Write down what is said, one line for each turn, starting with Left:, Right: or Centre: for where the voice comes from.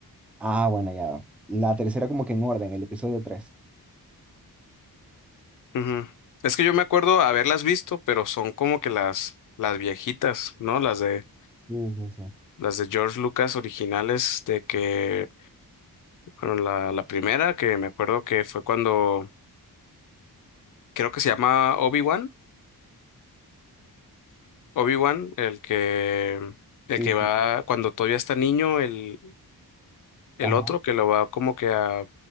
Centre: Ah, bueno, ya. La tercera como que en orden, el episodio tres
Left: Ujú. Es que yo me acuerdo haberlas visto, pero son como que las, las viejitas, ¿no? Las de,
Centre: Sí, sí, sí.
Left: las de George Lucas originales, de que, bueno, la, la primera que me acuerdo que fue cuando, creo que se llama Obi-Wan, Obi-Wan, el que,
Centre: Sí,
Left: el que va
Centre: sí.
Left: cuando todavía está niño, el, el
Centre: Ajá,
Left: otro que lo va como que a,